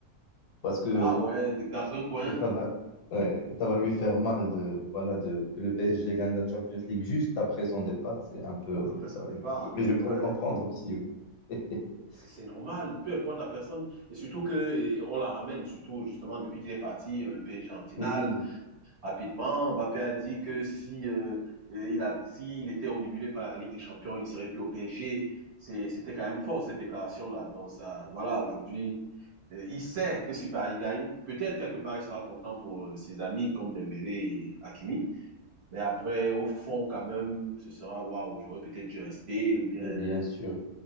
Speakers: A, on the left; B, on the right.
A: parce que
B: Ah ouais, dans un coin,
A: euh, ça va, ouais, ça va lui faire mal de, voilà, de, que le PSG gagne la Champions League juste après son départ. C'est un peu,
B: après son
A: voilà,
B: départ,
A: je- mais je peux
B: ouais.
A: le comprendre aussi. Oui, <laughs>
B: C'est c'est normal, peu importe la personne. Et surtout que eh, on la ramène, surtout justement depuis qu'il est parti, euh, le PSG en finale.
A: Oui,
B: Rapidement, Mbappé a dit que si, euh, il a, s'il était omnibulé par la Ligue des Champions, il ne serait plus au PSG. C'est- C'était quand même fort, cette déclaration-là. Donc, ça, voilà, aujourd'hui, euh, il sait que si Paris gagne, peut-être quelque part, il sera content pour euh, ses amis comme Dembélé et Hakimi. Mais après, au fond, quand même, ce sera, waouh, j'aurais peut-être dû rester ou bien,
A: mais
B: euh,
A: bien sûr.